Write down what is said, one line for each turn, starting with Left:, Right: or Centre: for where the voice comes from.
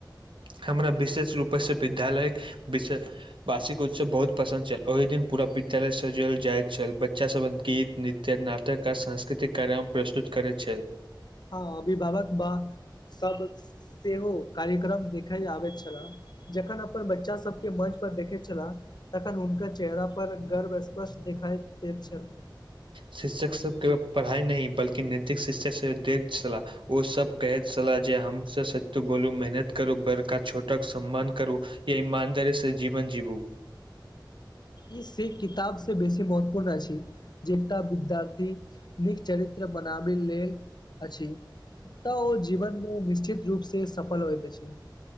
Right: हमरा विशेष रूपससँ विद्यालय विशेष वार्षिक उत्सव बहुत पसंन्द छल ओहि दिन पूरा विद्यालय सजल जाय छल बच्चा सब गीत नृत्य त नाटककार आ सांस्कृतिक कार्यकम प्रस्तुत करै छै
Left: हँ अभिभावक वा सब सेहो कार्यक्रम देखे आबैत छले जखन अपन बच्चा सबके मञ्च पर देखैत छलाह तखन हुनक चेहरा पर गर्व स्पष्ट दिखाई दे छल
Right: शिक्षक सबके पढ़ाइ नहि बल्कि नैतिक शिक्षक सब द छह ओ सब कहैत छलाह जे हम सब सत्यू बोलू मेहनत करू बड़का छोटक सम्मान करू या ईमानदारी से जीवन जीबू
Left: ई सिख किताब से बेसी महत्वपूर्ण अछि जे एकटा विद्यार्थी नीक चरित्र बनाबै लेल अछि तऽ ओ जीवन मे निश्चित रूपसँ सफल होइत अछि